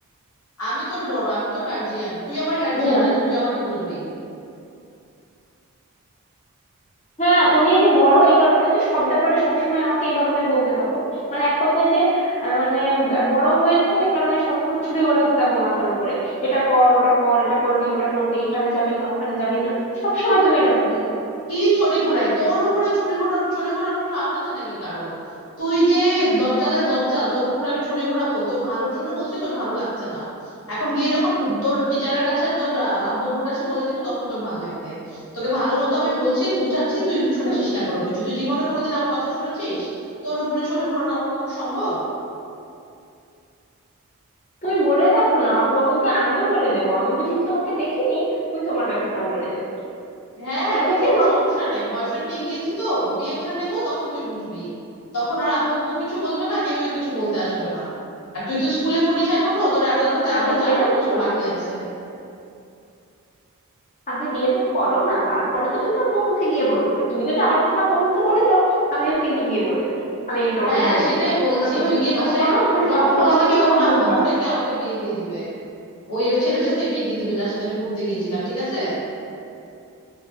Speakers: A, on the left; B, on the left.
A: আমি তোর বড় আমি তোর গার্জিয়ান তুই আমার গার্জিয়ান
B: না
A: না যে তুই আমাকে বলবি
B: হ্যাঁ তুমি এই যে বড় এই কারণে তো সব ব্যাপারে সবসময় আমাকে এইভাবে বলতে থাকো মানে এক কথায় যে আহ, মানে আহ, বড় হয়েছে এই কারণে সবসময় ছুরি ঘোরাতে থাকো মাথার উপরে এটা কর ওটা কর এটা করবি ওটা করবি এখানে যাবি না ওখানে যাবি না সবসময় তুমি এটা করতে থাকো
A: কি ছড়ি ঘুরাই তোর উপরে ছুরি ঘুরানো ছড়ি ঘুরানোর সাহস আছে নাকি কারো তুই যে দজ্জালের দজ্জাল তোর উপরে আমি ছড়ি ঘুরাবো তোর ভালোর জন্য বলছি তোর ভালো লাগছে না এখন গিয়ে যখন ব- তোর টিচারের কাছে তোর আহ, আব্বু আম্মুর কাছে বলে দিব তখন তোর ভালো লাগবে তোকে ভালো মতো আমি বলছি বুঝাচ্ছি তুই শুনছিস
B: তো
A: না কোনো কিছু তুই জীবনে কোনোদিন আমার কথা শুনেছিস তোর উপরে ছড়ি ঘুরানো আমার পক্ষে সম্ভব
B: তুমি বলে দেখো না আপু আমাকে আমিও বলে দেবো আমি বুঝি তোমাকে দেখিনি আমি তোমার ব্যাপারটাও বলে দেবো
A: হ্যাঁ
B: তুমি
A: হ্যাঁ
B: আমাকে
A: ঠিক
B: চেনো
A: আছে সমস্যা নাই বয়ফ্রেন্ড নিয়ে গিয়েছি তো বিয়ে করে নেব তখন তুই বুঝবি তখন আর আব্বু আম্মুও কিছু বলবে না কেউই কিছু বলতে আসবে না আর তুই তো স্কুলে পড়িস এখনো তোর অ্যাডাল্ট হতে এখনো
B: আগে বিয়েটা
A: চার পাঁচ বছর
B: করো
A: বাকি আছে
B: আগে বিয়েটা করো না তারপরে তো তুমি আব্বু আম্মুকে গিয়ে বলবে তুমি যদি আমার কথা আব্বু আম্মুকে বলে দাও আমিও কিন্তু গিয়ে বলে দেবো আমি এই তোমাকে
A: হ্যাঁ
B: বলে
A: সেটাই
B: দিলাম
A: বলছি
B: আর তুমি
A: তুই গিয়ে
B: শো-
A: বাসায়
B: শোনো তুমি
A: যখন
B: সবসময়
A: বলে
B: আমাকে
A: দিবি
B: এভাবে
A: তখন আব্বু
B: বকবা
A: আম্মু
B: না
A: ডেকে আমাকে বিয়ে দিয়ে দিবে ওই ওই ছেলের সাথে বিয়ে দিয়ে দিবে যার সাথে আমি ঘুরতে গিয়েছিলাম ঠিক আছে